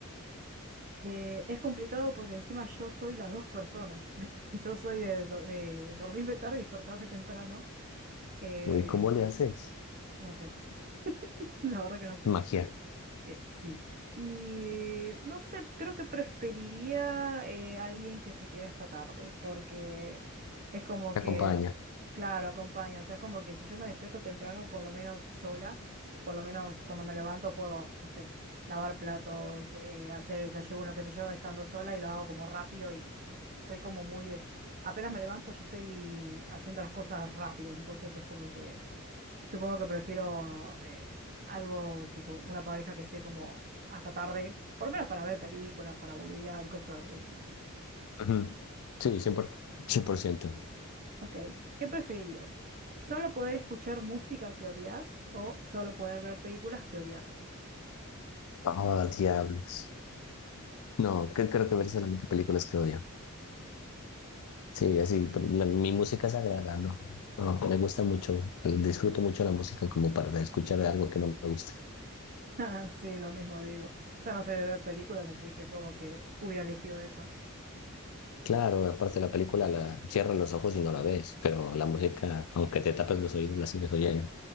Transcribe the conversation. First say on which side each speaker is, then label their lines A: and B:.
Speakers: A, on the right; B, on the left.
A: Eh, es complicado porque encima yo soy las dos personas. <laughs> Yo soy de, do- de dormirme tarde y despertarme temprano. Eh,
B: Uy, ¿cómo le haces?
A: no sé, <laughs> la verdad que no sé.
B: Magia,
A: Eh, sí. Y no sé, creo que preferiría eh, alguien que se quede hasta tarde, porque es como
B: te
A: que,
B: acompaña.
A: claro, acompaña. O sea, es como que si yo me despierto temprano, por lo menos sola, por lo menos cuando me levanto puedo, no sé, lavar platos, eh, hacer desayuno, qué sé yo, estando sola y lo hago como rápido y soy como muy de- Apenas me levanto, yo estoy haciendo las cosas rápido, entonces es como que Supongo que prefiero eh, algo tipo una pareja que esté como hasta tarde, por lo menos para ver películas, para boludear y cosas así, ¿viste?
B: Ujú. Sí, cien por ciento cien por ciento.
A: Ok, ¿qué preferirías? ¿Solo poder escuchar música que odias o solo poder ver películas que odias?
B: Ah, diablos. No, que, creo que ver solamente películas que odio. Sí, así, pero la- mi música sagrada, no. No, me gusta mucho, disfruto mucho la música como para escuchar algo que no me gusta.
A: Ah, <laughs> Sí, lo mismo digo. Yo no soy de ver películas, así que es como que hubiera elegido eso. <laughs>
B: Claro, aparte la película la cierras los ojos y no la ves, pero la música, aunque te tapes los oídos, la sigues oyendo.